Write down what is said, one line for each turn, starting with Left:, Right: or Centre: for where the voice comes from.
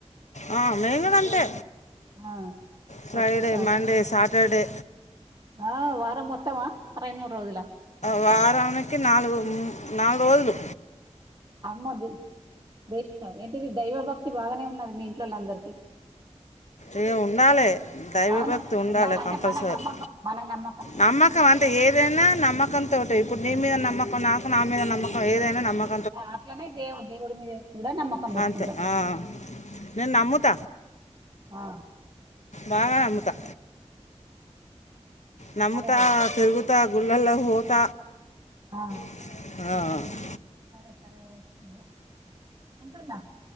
Left: ఆ మేం గూడ అంతే
Right: ఆ,
Left: ఫ్రైడే
Right: పప్పు చారు
Left: మండే సాటర్డే
Right: ఆ వారం మొత్తమ రెండు మూడు రోజుల
Left: వారానికి నాలుగు నాలుగు రోజులు
Right: అమ్మో <unintelligible> దేశ ఏంటది దైవభక్తి బాగానే ఉన్నది మీ ఇంట్లోళ అందరికీ
Left: ఇగ ఉండాలి దైవభక్తి
Right: అవును
Left: ఉండాలి
Right: ఉండాలంటే
Left: కంపల్సరీ
Right: మన నమ్మకం మన నమ్మకం
Left: నమ్మ నమ్కం అంటే ఏదైనా నమ్మకం తోటే ఇప్పుడు నీ మీద నమ్మకం నాకు నా మీద నమ్మకం ఏదైనా నమ్మకం
Right: అట్లనే దేవు దేవుడి మీద కూడ నమ్మకం పెట్టుకుంటాం
Left: అంతే ఆ. నేను నమ్ముత
Right: ఆ
Left: బాగా నమ్ముతా నమ్త
Right: సరే అండి
Left: తిరుగుత గుళ్ళలోకి పోత
Right: ఆ
Left: ఆ
Right: సరే సరే <unintelligible>